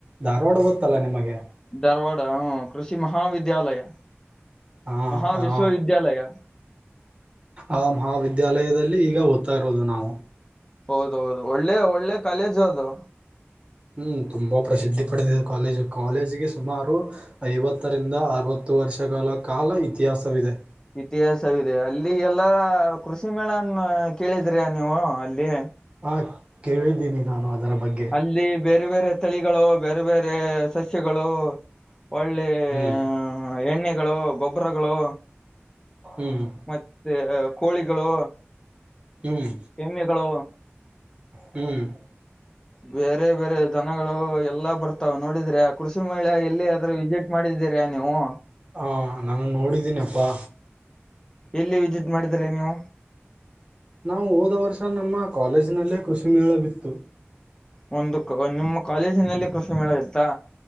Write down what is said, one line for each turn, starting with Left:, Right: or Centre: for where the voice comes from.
Right: ಧಾರವಾಡ ಗೊತ್ತಲ್ಲಾ ನಿಮಗೆ.
Left: ಧಾರವಾಡ ಹೂ ಕೃಷಿ ಮಹಾವಿದ್ಯಾಲಯ
Right: ಹಾ
Left: ಮಹಾ
Right: ಹ
Left: ವಿಶ್ವವಿದ್ಯಾಲಯ
Right: ಆ ಮಹಾವಿದ್ಯಾಲಯದಲ್ಲಿ ಈಗ ಓದ್ತಾ ಇರೋದು ನಾವು.
Left: ಹೌದ ಹೌದು ಒಳ್ಳೆ ಒಳ್ಳೆ ಕಾಲೇಜ್ ಅದು.
Right: ಹ್ಮ್ ತುಂಬಾ ಪ್ರಸಿದ್ಧಿ ಪಡೆದಿದೆ ಕಾಲೇಜು ಕಾಲೇಜಿಗೆ ಸುಮಾರು ಐವತ್ತರಿಂದ ಅರವತ್ತು ವರ್ಷಗಳ ಕಾಲ ಇತಿಹಾಸವಿದೆ.
Left: ಇತಿಹಾಸವಿದೆ ಅಲ್ಲಿ ಎಲ್ಲಾ ಕೃಷಿ ಮೇಳನ್ ಕೇಳಿದ್ರಿ ನೀವು ಅಲ್ಲಿ.
Right: ಹಾ ಕೇಳಿದ್ದೀನಿ ನಾನು ಅದರ ಬಗ್ಗೆ.
Left: ಇಲ್ಲಿ ಬೇರೆ ಬೇರೆ ತಳಿಗಳು ಬೇರೆ ಬೇರೆ ಸಸ್ಯಗಳು ಒಳ್ಳೆ
Right: ಹ್ಮ್
Left: ಹ ಎಣ್ಣೆಗಳು ಗೊಬ್ಬರಗಳು
Right: ಹ್ಮ್
Left: ಮತ್ತೆ ಕೋಳಿಗಳು
Right: ಹ್ಮ್
Left: ಎಮ್ಮೆಗಳು
Right: ಹ್ಮ್
Left: ಬೇರೆ ಬೇರೆ ಧನಗಳು ಎಲ್ಲಾ ಬರ್ತಾವ ನೋಡಿದ್ರೆ ಆ ಕೃಷಿ ಮೇಳೆ ಎಲ್ಲಿ ಆದ್ರೆ ವಿಸಿಟ್ ಬೂಕ್ ಮಾಡಿದ್ದೀರಾ ನೀವು
Right: ಹಾ ನಾನು ನೋಡಿದ್ದೀನಿ ಅಪ್ಪಾ
Left: ಎಲ್ಲಿ ವಿಸಿಟ್ ಮಾಡಿದ್ರೆ ನೀವು
Right: ನಾವು ಹೋದ ವರ್ಷ ನಮ್ಮ ಕಾಲೇಜ್ ನಲ್ಲೇ ಕೃಷಿ ಮೇಳ ಬಿತ್ತು.
Left: ಒಂದು ಕ್ ನಿಮ್ಮ ಕಾಲೇಜಿನಲ್ಲಿ ಕೃಷಿ ಮೇಳ ಇತ್ತಾ.